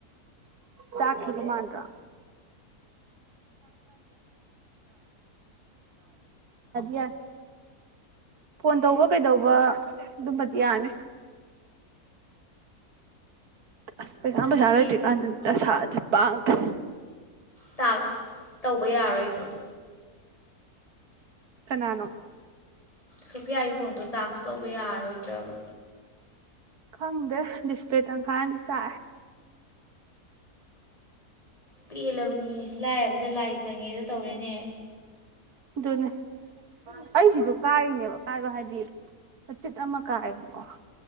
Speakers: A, on the right; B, on the left.
A: ꯆꯥꯛꯀꯤ ꯂ ꯃꯥꯟ꯭ꯔꯥ ꯌꯥ ꯐꯣꯟ ꯇꯧꯕ ꯀꯩꯗꯧꯕ ꯑꯗꯨꯝꯕꯗꯤ ꯌꯥꯅꯤ ꯑꯁ ꯁꯥꯝꯕꯁ
B: ꯁꯤꯒꯤ
A: ꯆꯂꯥꯏꯔ ꯑꯁꯥꯗꯤ ꯄꯥꯡꯗ꯭ꯔꯦ
B: ꯇꯥꯛꯁ ꯇꯧꯕ ꯌꯥꯔꯣꯏ ꯈꯥꯏꯗ꯭ꯔꯛ
A: ꯀ ꯅꯅꯣ
B: ꯁꯣꯐꯤꯌꯥꯒꯤ ꯐꯣꯟꯗꯣ ꯇꯥꯛꯁ ꯇꯧꯕ ꯌꯥꯔꯔꯣꯏꯗ꯭ꯔꯕ
A: ꯈꯪꯗ ꯁꯄꯦ ꯇꯪ ꯈ ꯁꯥ
B: ꯄꯦꯜꯂꯕꯅꯤ ꯂꯥꯏꯔꯕꯗ ꯂꯥꯏ ꯆꯪꯉꯦꯗꯣ ꯇꯧꯔꯦꯅꯦ
A: ꯑꯗꯨꯅꯦ ꯑꯩꯁꯤꯁꯨ ꯀꯥꯏꯔꯤꯅꯦꯕ ꯀꯥꯏꯕ ꯍꯥꯏꯗꯤ ꯃꯆꯤꯠ ꯑꯃ ꯀꯥꯏꯌꯦꯦꯕꯀꯣ